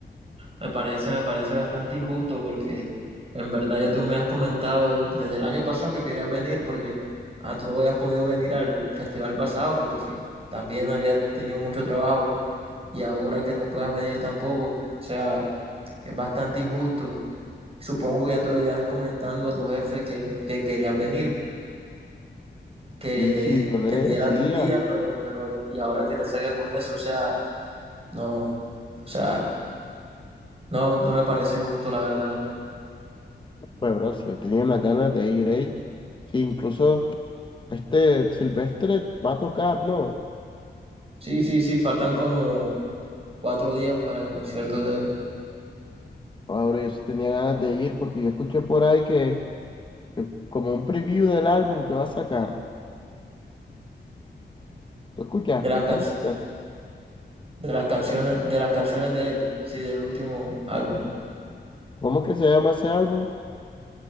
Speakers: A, on the right; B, on the left.
A: me parece, me parece bastante injusto porque en verdad ya tú me has comentado desde el año pasado que querías venir porque ah, tú no habías podido venir al festival pasado porque también habías tenido mucho trabajo y ahora que no puedas venir tampoco, o sea, es bastante injusto. Supongo que ya tú lo ibas comentando a tu jefe que, que querías venir, que,
B: Sí, sí, yo le
A: que
B: decía,
A: te diera tus días, pero, pero y ahora que te salga con eso, o sea, No, o sea, no, no me parece justo, la verdad.
B: pues, bro, si yo tenía unas ganas de ir ahí, sí, incluso. Este Silvestre va a tocar, ¿no?
A: Sí, sí, sí, faltan como cuatro días para el concierto de él,
B: Ahora yo sí tenía ganas de ir porque yo escuché por ahí que eh, como un preview del álbum que va a sacar. ¿Tú escuchaste?
A: de las
B: ¿Tú
A: can-
B: lo escuchaste?
A: de las canciones, de las canciones de él, sí, del último álbum.
B: ¿Cómo que se llama ese álbum?